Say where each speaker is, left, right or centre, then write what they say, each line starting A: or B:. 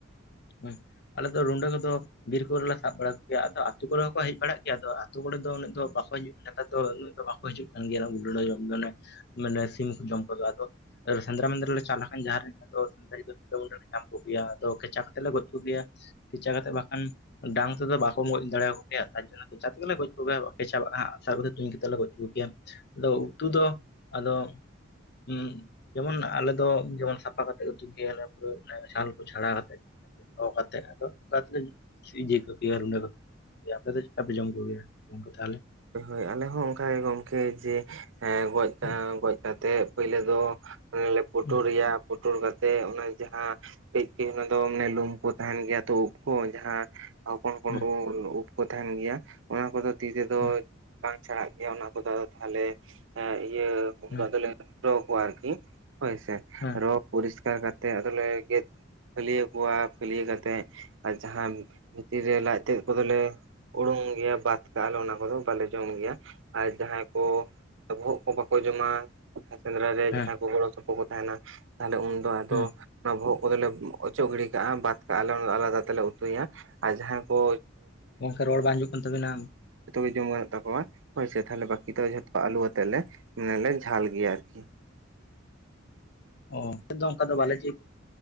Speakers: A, on the left; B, on the right.
A: ᱦᱮᱸ ᱟᱞᱮ ᱫᱚ ᱨᱩᱸᱰᱟᱹ ᱠᱚᱫᱚ ᱵᱤᱨ ᱠᱚ ᱨᱮᱞᱮ ᱥᱟᱵ ᱵᱟᱲᱟ ᱠᱚ ᱜᱮᱭᱟ ᱟᱫᱚ ᱟ ᱟᱹᱛᱩ ᱠᱚᱨᱮ ᱦᱚᱸᱠᱚ ᱦᱮᱡ ᱵᱟᱲᱟᱜ ᱜᱮᱭᱟ ᱟᱫᱚ ᱟᱛᱳ ᱠᱚᱨᱮ ᱫᱚ ᱩᱱᱟᱹᱜ ᱫᱚ ᱵᱟᱠᱚ ᱦᱤᱡᱩᱜ ᱱᱮᱛᱟᱨ ᱫᱚ ᱩᱱᱟᱹᱜ ᱫᱚ ᱵᱟᱠᱚ ᱦᱤᱡᱩᱜ ᱠᱟᱱ ᱜᱮᱭᱟ ᱡᱚᱢ ᱫᱚ ᱢᱟᱱᱮ ᱥᱤᱢ ᱡᱚᱢ ᱠᱚᱫᱚ ᱟᱫᱚ ᱥᱮᱸᱫᱽᱨᱟ ᱢᱮᱸᱫᱨᱟ ᱞᱮ ᱪᱟᱞ ᱞᱮᱠᱷᱟᱱ ᱡᱟᱦᱟᱸ ᱨᱮ ᱟᱫᱚ ᱩᱱ ᱨᱮᱞᱮ ᱧᱟᱢ ᱠᱚ ᱜᱮᱭᱟ ᱟᱫᱚ ᱠᱷᱮᱸᱪᱟ ᱦᱟᱸᱜ ᱛᱮᱞᱮ ᱜᱚᱡ ᱠᱚ ᱜᱮᱭᱟ ᱠᱷᱮᱸᱪᱟ ᱠᱟᱛᱮ ᱵᱟᱠᱷᱟᱱ ᱰᱟᱝ ᱛᱮᱫᱚ ᱵᱟᱠᱚ ᱜᱚᱡ ᱫᱟᱲᱮᱭᱟᱠᱚ ᱠᱮᱭᱟ ᱛᱟᱨᱡᱚᱱᱱᱚ ᱠᱷᱮᱸᱪᱟ ᱛᱮᱜᱮ ᱞᱮ ᱜᱚᱡ ᱠᱚ ᱜᱮᱭᱟ ᱟᱜ ᱥᱟᱨ ᱠᱚᱛᱮ ᱛᱩᱧ ᱠᱟᱛᱮ ᱞᱮ ᱜᱚᱡ ᱠᱚ ᱜᱮᱭᱟ ᱟᱫᱚ ᱩᱛᱩ ᱫᱚ ᱟᱫᱚ ᱩᱸ ᱡᱮᱢᱚᱱ ᱟᱞᱮ ᱫᱚ ᱡᱮᱢᱚᱱ ᱥᱟᱯᱷᱟ ᱠᱟᱛᱮ ᱩᱛᱩᱭ ᱜᱮᱭᱟ ᱞᱮ ᱡᱮᱢᱚᱱ ᱪᱷᱟᱞ ᱠᱚ ᱪᱷᱟᱰᱟᱣ ᱠᱟᱛᱮ ᱠᱚ ᱠᱟᱛᱮ ᱟᱫᱚ ᱚᱱᱠᱟ ᱛᱮᱞᱮ ᱤᱭᱟᱹ ᱠᱚ ᱜᱮᱭᱟ ᱨᱩᱸᱰᱟᱹ ᱫᱚ ᱫᱤᱭᱮ ᱟᱯᱮ ᱫᱚ ᱪᱮᱫ ᱠᱟ ᱯᱮ ᱡᱚᱢ ᱠᱚ ᱜᱮᱭᱟ ᱜᱚᱢᱠᱮ ᱛᱟᱦᱚᱞᱮ
B: ᱦᱳᱭ ᱟᱞᱮ ᱦᱚᱸ ᱚᱱᱠᱟ ᱜᱮ ᱜᱚᱢᱠᱮ ᱡᱮ ᱜᱚᱡ
A: ᱦᱩᱸ,
B: ᱜᱚᱡ ᱠᱟᱛᱮ ᱯᱳᱭᱞᱳ ᱫᱚ ᱦᱮ ᱯᱩᱴᱩᱨ
A: ᱦᱩᱸ,
B: ᱮᱭᱟ ᱯᱩᱴᱩᱨ ᱠᱟᱛᱮ ᱚᱱᱮ ᱡᱟᱦᱟᱸ ᱠᱟᱹᱡ ᱠᱟᱹᱡ ᱚᱱᱟ ᱫᱚ ᱞᱩᱢ ᱠᱚ ᱛᱟᱦᱮᱱ ᱜᱮᱭᱟ ᱛᱚ ᱩᱵ ᱠᱚ ᱡᱟᱦᱟᱸ, ᱦᱚᱯᱚᱱ ᱦᱚᱯᱚᱱ
A: ᱦᱩᱸ,
B: ᱩᱵ ᱠᱚ ᱛᱟᱦᱮᱱ ᱜᱮᱭᱟ ᱚᱱᱟ ᱠᱚᱫᱚ ᱛᱤ ᱛᱮᱫᱚ
A: ᱦᱩᱸ,
B: ᱵᱟᱝ ᱪᱷᱟᱰᱟᱜ ᱜᱮᱭᱟ ᱚᱱᱟ ᱠᱚᱫᱚ ᱟᱫᱚ ᱛᱟᱦᱚᱞᱮ ᱤᱭᱟᱹ ᱩᱱᱫᱚ
A: ᱦᱩᱸ,
B: ᱟᱫᱚ ᱞᱮ ᱨᱚ ᱠᱚᱣᱟ ᱟᱨᱠᱤ ᱦᱳᱭ ᱥᱮ
A: ᱦᱩᱸ,
B: ᱨᱚ ᱯᱚᱨᱤᱥᱠᱟᱨ ᱠᱟᱛᱮᱫ ᱟᱫᱚ ᱞᱮ ᱜᱮᱫ ᱯᱷᱟᱹᱞᱭᱟᱹ ᱠᱚᱣᱟ ᱯᱷᱟᱹᱞᱭᱟᱹ ᱠᱟᱛᱮ, ᱟᱨ ᱡᱟᱦᱟᱸ ᱵᱷᱤᱛᱤᱨ ᱨᱮ ᱞᱟᱡ ᱛᱮᱫ ᱠᱚᱫᱚ ᱞᱮ ᱩᱰᱩᱝ ᱜᱮᱭᱟ ᱵᱟᱫ ᱠᱟᱜ ᱟᱞᱮ ᱚᱱᱟ ᱠᱚᱫᱚ᱾ ᱵᱟᱞᱮ ᱡᱚᱢ ᱜᱮᱭᱟ ᱟᱨ ᱡᱟᱦᱟᱸᱭ ᱠᱚ ᱵᱚᱦᱚᱜ ᱠᱚ ᱵᱟᱠᱚ ᱡᱚᱢᱟ, ᱵᱟᱝᱠᱷᱟᱱ ᱥᱮᱸᱫᱽᱨᱟ ᱨᱮ
A: ᱦᱩᱸ, ᱦᱩᱸ,
B: ᱡᱟᱦᱟᱸᱭ ᱠᱚ ᱜᱚᱲᱚ ᱥᱚᱯᱚᱦᱚᱫ ᱠᱚ ᱛᱟᱦᱮᱱᱟ ᱛᱟᱦᱞᱮ ᱩᱱᱫᱚ ᱟᱫᱚ,
A: ᱦᱩᱸ,
B: ᱚᱱᱟ ᱵᱚᱦᱚᱜ ᱠᱚᱫᱚᱞᱮ ᱚᱪᱚᱜ ᱜᱤᱰᱤ ᱠᱟᱜ-ᱟ ᱵᱟᱫ ᱠᱟᱜ ᱟᱮᱞ ᱚᱱᱟ ᱫᱚ ᱟᱞᱟᱫᱟ ᱛᱮᱞᱮ ᱩᱛᱩᱭᱟ ᱟᱨ ᱡᱟᱦᱟᱸᱭ ᱠᱚ
A: ᱜᱚᱢᱠᱮ ᱨᱚᱲ ᱵᱟᱝ ᱦᱤᱡᱩᱜ ᱠᱟᱱ ᱛᱟᱵᱤᱱᱟ᱾
B: ᱡᱷᱚᱛᱚ ᱜᱮ ᱡᱚᱢ ᱜᱟᱱᱚᱜ ᱛᱟᱠᱚᱣᱟ ᱦᱳᱭ ᱥᱮ ᱛᱟᱦᱚᱞᱮ ᱵᱟᱹᱠᱤ ᱫᱚ ᱡᱷᱚ ᱟᱹᱞᱩ ᱟᱛᱮ ᱞᱮ, ᱞᱮ ᱡᱷᱟᱞ ᱜᱮᱭᱟ ᱟᱨᱠᱤ᱾
A: ᱚ ᱟᱞᱮ ᱫᱚ ᱚᱱᱠᱟ ᱫᱚ ᱵᱟᱞᱮ